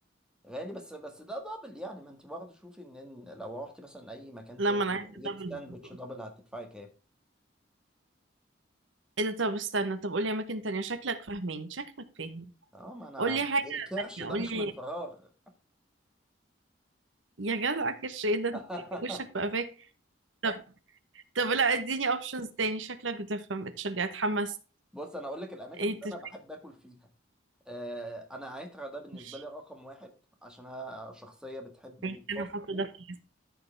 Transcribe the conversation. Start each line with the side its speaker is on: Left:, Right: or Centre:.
Centre: غالي بس بس ده دبل يعني ما أنت برضه شوفي إن إن لو رحتي مثلا أي مكان
Right: لما
Centre: تاني
Right: انا عايزة
Centre: جبت
Right: دبل
Centre: ساندوتش
Right: برجر.
Centre: دبل هتدفعي كام؟
Right: ايه ده طب استنى طب قولي اماكن تانية شكلك فاهمين شكلك فاهم
Centre: أه ما أنا
Right: قولي حاجة
Centre: الكرش
Right: تانية
Centre: ده
Right: قولي
Centre: مش من فراغ
Right: يا جدع كرش ايه ده انت
Centre: <laughs>
Right: وشك بقى فاك طب طب لا اديني اوبشنز تاني شكلك بتفهم اتشجع اتحمس
Centre: بص انا اقول لك الاماكن
Right: ايه
Centre: اللي
Right: تفكير
Centre: انا بحب اكل فيها آه، انا عترة ده بالنسبه
Right: ماشي
Centre: لي رقم واحد عشان انا شخصيه بتحب
Right: ماشي،
Centre: الفاست
Right: انا احط
Centre: فود
Right: ده في الليست